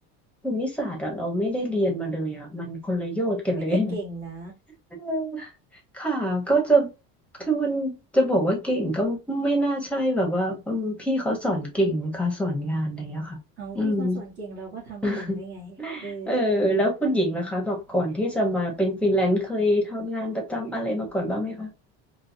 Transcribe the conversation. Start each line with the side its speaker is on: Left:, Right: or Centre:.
Centre: ภูมิศาสตร์อะเราไม่ได้เรียนมาเลยอะมันคนละโยชน์กันเลย
Right: ไม่แต่เก่งนะ
Centre: เออค่ะก็จะคือมันจะบอกว่าเก่งก็ไม่น่าใช่แบบว่าอืมพี่เขาสอนเก่งนะคะสอนงานอะไรอย่างเงี้ยค่ะอืม
Right: เอาพี่เขาสอนเก่งเราก็ทำเก่งด้วยไงเออ
Centre: <laughs> เออแล้วคุณหญิงล่ะคะบอกก่อนที่จะมาเป็นฟรีแลนซ์เคยทำงานประจำอะไรมาก่อนบ้างไหมคะ